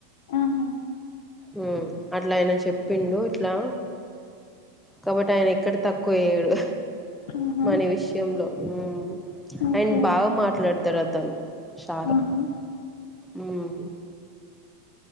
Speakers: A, on the left; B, in the centre.
A: ఆహా
B: ఉమ్మ్ అట్లా ఆయన చెప్పిండు ఇట్లా కాబట్టి ఆయన ఎక్కడ తక్కువ ఏయ్యాడు
A: ఆహా
B: మనీ విషయంలో ఉమ్మ్
A: ఓకే
B: అండ్ బాగా మాట్లాడుతాడు అతను సారు
A: ఆహా
B: ఉమ్